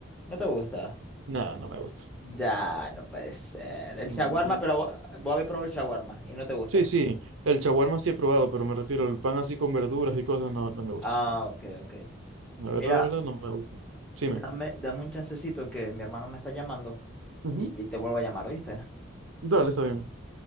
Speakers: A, in the centre; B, on the right.
A: ¿No te gusta?
B: No, no me gusta.
A: Ya, no puede ser. El
B: Mm,
A: shawarma,
B: mm.
A: pero vos, vos habéis probado el shawarma y no te gusta.
B: sí, sí, el shawarma sí he probado, pero me refiero al pan así con verduras y cosas, no, no me gusta.
A: Ah, ok, ok.
B: La
A: Mira,
B: verdad, la verdad, no me gusta. Sí,
A: dame,
B: me.
A: dame un chancecito que mi hermano me está llamando
B: Ujú.
A: y, y te vuelvo a llamar, ¿oíste?
B: Dale, está bien.